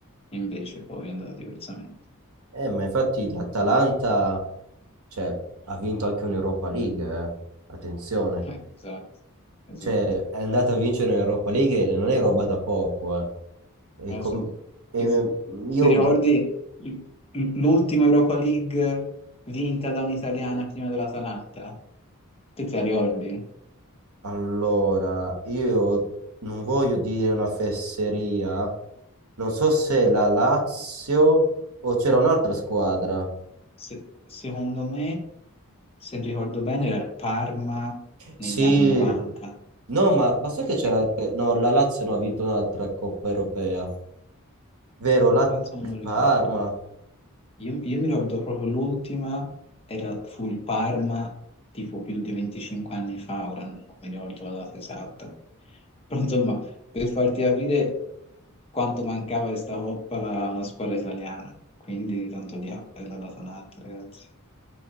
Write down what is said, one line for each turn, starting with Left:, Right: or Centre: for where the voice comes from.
Left: e invece poi è andata diversamente.
Right: Eh, ma infatti l'Atalanta, cioè, ha vinto anche un'Europa League, eh. Attenzione.
Left: Eh, esatto, esatto.
Right: Cioè, è andata a vincere un'Europa League e non è roba da poco, eh.
Left: Adesso,
Right: E com- e
Left: ti
Right: me- io
Left: ti ricordi l- l'ultima Europa League vinta da un'italiana prima dell'Atalanta? Te te la ricordi?
Right: allora, io non voglio dire una fesseria, non so se la Lazio o c'era un'altra squadra.
Left: se- secondo me, se ricordo bene, era il Parma negli
Right: Sì,
Left: anni 90.
Right: no, ma, ma sai che c'era
Left: E,
Right: anche... No, la Lazio no, ha vinto un'altra Coppa Europea. Vero, la
Left: penso non
Right: il
Left: me lo
Right: Parma.
Left: ricordo. Io, io mi ricordo proprio l'ultima, era, fu il Parma, tipo più di 25 anni fa, ora non mi ricordo la data esatta. Però insomma, per farti capire quanto mancava questa coppa a una squadra italiana. Quindi tanto di appello alla Tanat, ragazzi.